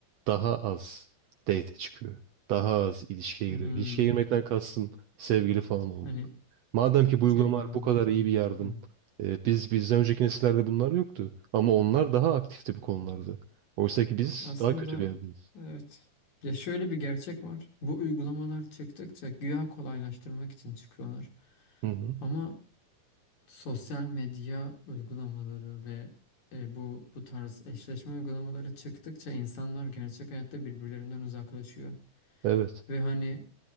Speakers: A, on the right; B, on the left.
A: daha az date çıkıyor? Daha az ilişkiye
B: Hmm,
A: giriyor. İlişkiye girmekten kastım sevgili falan olmak.
B: hani
A: Madem ki bu
B: sevgili
A: uygulamalar
B: olmak
A: bu kadar
B: olarak.
A: iyi bir yardım.
B: Hı
A: e, biz bizden önceki nesillerde bunlar yoktu. Ama onlar daha aktifti bu konularda. Oysa ki biz
B: Aslında
A: daha kötü bir yerdeyiz.
B: evet. Ya şöyle bir gerçek var. Bu uygulamalar çıktıkça güya kolaylaştırmak için çıkıyorlar.
A: Hı hı.
B: Ama sosyal medya uygulamaları ve e, bu bu tarz eşleşme uygulamaları çıktıkça insanlar gerçek hayatta birbirlerinden uzaklaşıyor.
A: Evet.
B: Ve hani